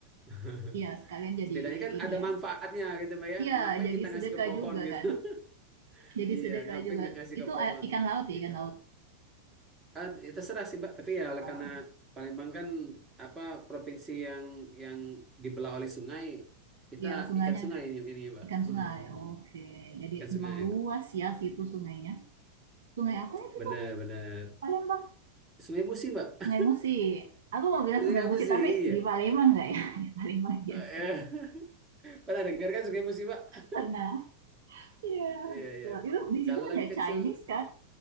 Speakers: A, on the right; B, on the right.
A: <laughs>
B: ya sekalian jadi
A: Setidaknya kan
B: ini
A: ada
B: ya
A: manfaatnya gitu Mbak ya.
B: Iya,
A: Ngapain
B: jadi
A: kita ngasih
B: sedekah
A: ke pohon
B: juga
A: gitu.
B: kan.
A: <laughs>
B: Jadi
A: Iya,
B: sedekah
A: ngapain
B: juga.
A: nggak ngasih
B: Itu
A: ke pohon.
B: a- ikan laut ya,
A: Iya.
B: ikan laut.
A: Ah, ya terserah sih Mbak, tapi ya oleh
B: Oh,
A: karena Palembang kan apa provinsi yang yang dibelah oleh sungai, kita
B: ya sungainya
A: ikan sungai
B: ge-
A: ini ini Mbak.
B: ikan
A: Mm,
B: sungai.
A: mm,
B: Oke,
A: mm.
B: jadi
A: Ikan
B: memang
A: sungai
B: luas ya situ sungainya. Sungai apa ya itu
A: Benar-benar.
B: Palembang.
A: Sungai Musi, Mbak.
B: Sungai Musi. Aku mau bilang
A: Sungai
B: Sungai Musi,
A: Musi,
B: tapi
A: iya.
B: di Palembang nggak ya? <laughs> Di Palembang ya
A: Eh,
B: sih.
A: <laughs> pernah dengar kan Sungai Musi, Mbak?
B: Pernah. Iya,
A: Iya,
B: betul.
A: iya.
B: Itu di
A: Kalau
B: situ banyak
A: lagi kecil,
B: Chinese kan.